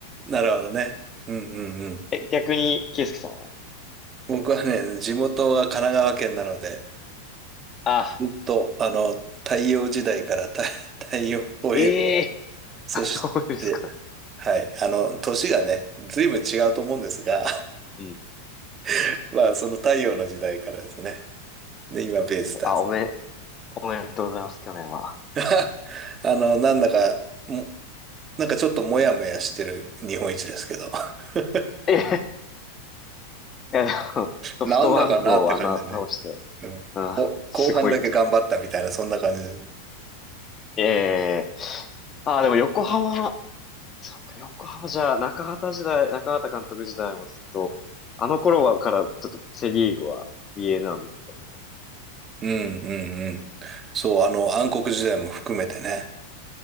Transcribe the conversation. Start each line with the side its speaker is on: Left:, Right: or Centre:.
Right: なるほどね。うんうんうん。
Left: え、逆に、圭介さんは
Right: 僕はね、地元が神奈川県なので、
Left: あ、
Right: ずっと、あの、太陽時代から太、<laughs> 太陽を得る。
Left: ええ
Right: そして、
Left: ー、そうですか。
Right: はい、あの、年がね、随分違うと思うんですが、
Left: うん。
Right: <laughs> まあ、その太陽の時代からですね。で、今、ベイスターズ。
Left: あ、おめ、おめでとうございます、去年は。
Right: <laughs> あの、なんだか、もなんかちょっともやもやしてる日本一ですけど。<laughs>
Left: えへへへ <laughs> いや、でも、ソフトバンクをあんな倒して、
Right: なんだかなって感じでね。うん。
Left: うん、
Right: こ後半だけ頑張ったみたいな、
Left: すごいと。
Right: そんな感じで。
Left: ええあ、でも横浜そっか、横浜じゃあ、中畑時代、中畑監督時代もずっと、あの頃はからちょっとセリーグは DNA を見てたけど、
Right: うんうんうん。そう、あの、暗黒時代も含めてね。